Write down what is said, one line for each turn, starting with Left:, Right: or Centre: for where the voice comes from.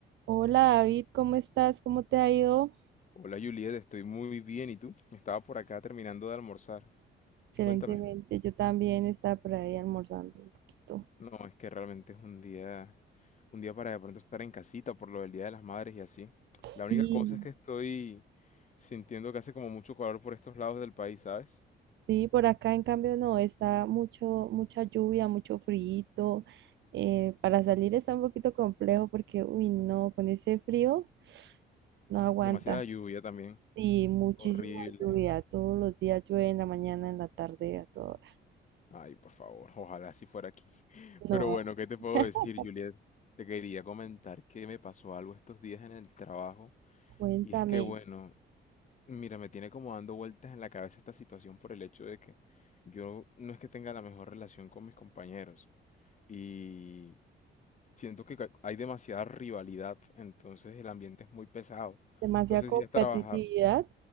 Right: Hola David, ¿cómo estás? ¿Cómo te ha ido?
Left: Hola Juliet, estoy muy bien. ¿Y tú? Estaba por acá terminando de almorzar.
Right: Excelentemente,
Left: Cuéntame.
Right: yo también estaba por ahí almorzando un poquito.
Left: No, es que realmente es un día, un día para de pronto estar en casita por lo del Día de las Madres y así. La
Right: Sí,
Left: única cosa es que estoy sintiendo que hace como mucho calor por estos lados del país, ¿sabes?
Right: sí, por acá en cambio no, está mucho, mucha lluvia, mucho frío. Eh, para salir está un poquito complejo porque, uy, no, con ese frío no aguanta.
Left: Demasiada lluvia también.
Right: Sí, muchísima
Left: Horrible.
Right: lluvia, todos los días llueve en la mañana, en la tarde, a toda hora.
Left: Ay, por favor, ojalá si fuera aquí. <laughs> Pero
Right: No,
Left: bueno, ¿qué te puedo
Right: <laughs>
Left: decir, Juliet? Te quería comentar que me pasó algo estos días en el trabajo.
Right: cuéntame,
Left: Y es que, bueno, Mira, me tiene como dando vueltas en la cabeza esta situación por el hecho de que yo no es que tenga la mejor relación con mis compañeros y siento que ca- hay demasiada rivalidad, entonces el ambiente es muy pesado.
Right: demasiada
Left: No sé
Right: competitividad.
Left: si has trabajado,